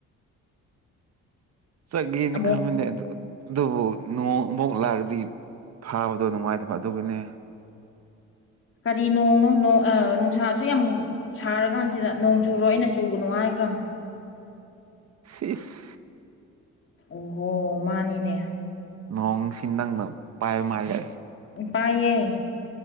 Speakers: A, on the right; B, on the left.
A: ꯁ ꯌꯦꯅꯤ
B: ꯑꯃꯨꯛ
A: ꯈꯃꯅꯤ ꯑꯗꯨ ꯑꯗꯨꯕꯨ ꯅꯣꯡ ꯑꯃꯨꯛ ꯂꯥꯛꯑꯗꯤ ꯐꯥꯕꯗꯣ ꯅꯨꯡꯉꯥꯏꯇꯕ ꯑꯗꯨꯕꯨꯅꯦ
B: ꯀ ꯅꯣꯡꯅ ꯅꯨꯡꯁꯥ ꯁꯨ ꯌꯥꯝ ꯁꯥꯔ ꯀꯥꯟꯁꯤꯗ ꯅꯣꯡ ꯆꯨꯔꯣ ꯑꯩꯅ ꯆꯨꯒꯅꯨ ꯍꯥꯏꯈ꯭ꯔꯕ
A: ꯁꯤꯤꯁ
B: ꯑꯣꯍꯣ ꯃꯥꯅꯤꯅꯦ
A: ꯅꯣꯡ ꯁꯤꯟ ꯅꯪꯅ ꯄꯥꯏ ꯃꯥꯜꯂ
B: ꯎ ꯄꯌꯦꯦ